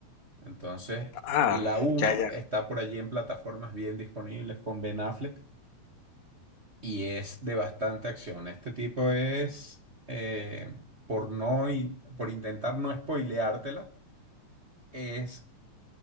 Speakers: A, on the right (about 35°); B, on the left (about 80°).
A: Entonces,
B: Ah,
A: la uno
B: ya, ya.
A: está por allí en plataformas bien disponibles con Ben Affleck y es de bastante acción. Este tipo es, eh, por no, in- por intentar no spoileártela, es,